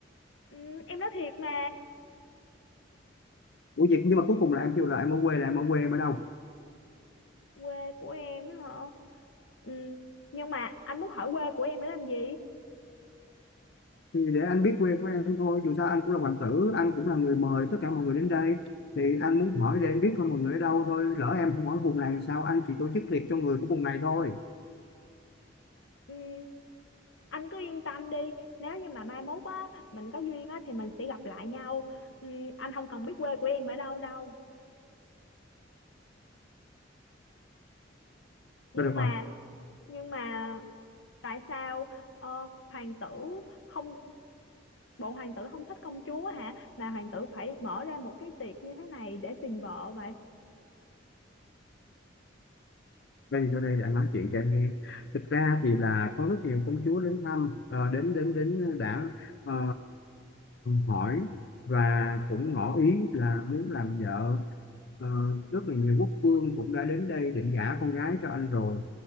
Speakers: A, on the left; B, on the left.
A: ừ, em nói thiệt mà
B: ủa vậy nhưng mà cuối cùng là em kêu là em ở quê là em ở quê em ở đâu
A: quê của em á hả ừ, nhưng mà anh muốn hỏi quê của em để làm gì
B: thì để anh biết quê của em thôi dù sao anh cũng là hoàng tử anh cũng là người mời tất cả mọi người đến đây thì anh muốn hỏi để anh biết thôi mọi người ở đâu thôi lỡ em không hỏi vùng này sao anh chỉ tổ chức tiệc cho người của vùng này thôi
A: ừ, anh cứ yên tâm đi nếu như mà mai mốt á mình có duyên á thì mình sẽ gặp lại nhau ừ, anh không cần biết quê của em ở đâu đâu nhưng
B: thôi được
A: mà
B: rồi
A: nhưng mà tại sao ờ, hoàng tử không bộ hoàng tử không thích công chúa hả mà hoàng tử phải mở ra một cái tiệc như thế này để tìm vợ vậy
B: đây thì vô đây đã nói chuyện cho em nghe thực ra thì là có rất nhiều công chúa đến thăm ờ, đến đến đến đã ờ, hỏi và cũng ngỏ ý là muốn làm vợ Ờ, rất là nhiều quốc vương cũng đã đến đây định gả con gái cho anh rồi